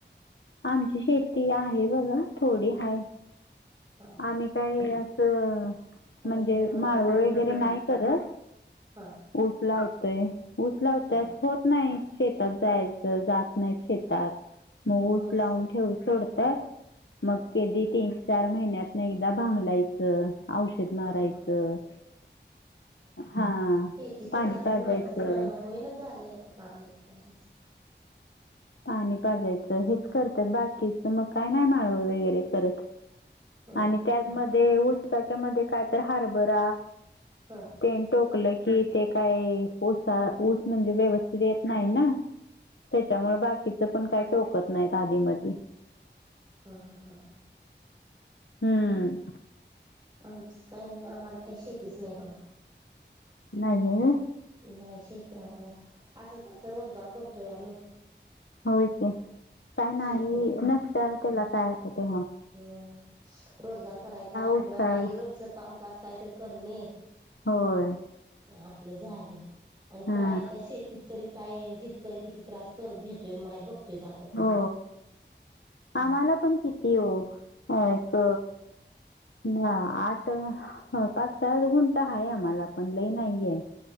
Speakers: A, on the left (about 85°); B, on the right (about 25°).
A: आमची शेती आहे बघा थोडी हाय
B: हा
A: आम्ही
B: हा
A: काही असं
B: काय
A: म्हणजे
B: त्यात
A: माळव
B: म्हणजे
A: वगैरे नाही करत
B: हा
A: उसला होतय उसला होतत
B: हा
A: होत नाही शेतात जायचं जात नाही ेतात मग ऊस
B: होयच
A: लावून
B: की
A: ठेव सोडतात
B: हा
A: मग कधी तीन चार महिन्यात नाही एकदा भांगलायचं औषध मारायचं
B: हा हा
A: हा
B: ती
A: पाणी
B: पण जास्त
A: पाजायचं
B: माणसांना होईनच झाले आता कामाला काही
A: पाणी पाजायचं हेच करतात बाकीच मग काय नाही माळवं वगैरे करत
B: ह
A: आणि त्याचमध्ये उडसाच्या मध्ये काय तर हार्बर
B: हा
A: ते टोकलं कि ते काय ऊस
B: ह ह
A: ऊस म्हणजे व्यवस्थित येत नाही ना त्याच्यामुळे बाकीच पण काही टोकत नाहीत आधीमध्ये
B: हा हा हा हां
A: हम्म
B: आमच काय नाही आम्हाला काही शेतीच नाही बघा
A: नाहीये
B: नाही शेती आम्हाला असंच असं रोजगार करतोय आम्ही
A: होके काय नाही
B: शेतीने
A: नसत त्याला काय येतं ते हो
B: हो रोजगार करायचा आपलं
A: उत्साह
B: हा रोजच कामकाज काहीतरी करणे
A: होय
B: आपलं झालं आणि
A: हा
B: काय आता शेतीत तरी काय शेतकरी किती त्रास कर घेतोय माय बघतोयच आपण
A: हो आम्हाला पण किती एक ना आठ पाच स गुंता हा आम्हाला पण लई नाहीये